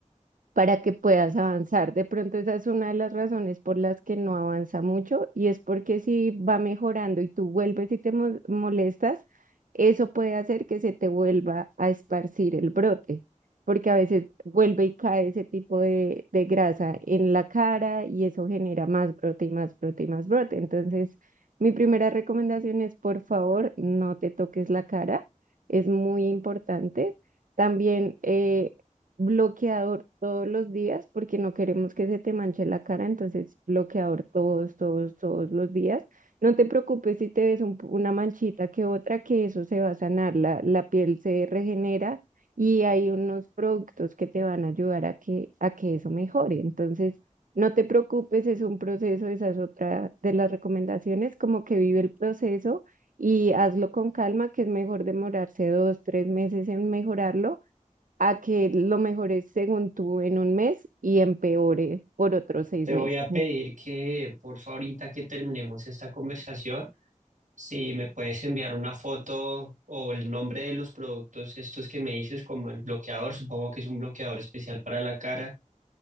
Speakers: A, on the right; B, on the right.
A: para que puedas avanzar. De pronto esa es una de las razones por las que no avanza mucho y es porque si va mejorando y tú vuelves y te mo- molestas, eso puede hacer que se te vuelva a esparcir el brote, porque a veces vuelve y cae ese tipo de, de grasa en la cara y eso genera más brote y más brote y más brote. Entonces, mi primera recomendación es, por favor, no te toques la cara. Es muy importante. También eh, bloqueador todos los días porque no queremos que se te manche la cara, entonces bloqueador todos, todos, todos los días. No te preocupes si te ves un- una manchita que otra, que eso se va a sanar, la, la piel se regenera y hay unos productos que te van a ayudar a que, a que eso mejore. Entonces, no te preocupes, es un proceso, esa es otra de las recomendaciones, como que vive el proceso. Y hazlo con calma, que es mejor demorarse dos, tres meses en mejorarlo a que lo mejores según tú en un mes y empeore por otros seis
B: Te
A: meses.
B: voy a pedir que, por favor, ahorita que terminemos esta conversación, si me puedes enviar una foto o el nombre de los productos estos que me dices, como el bloqueador, supongo que es un bloqueador especial para la cara.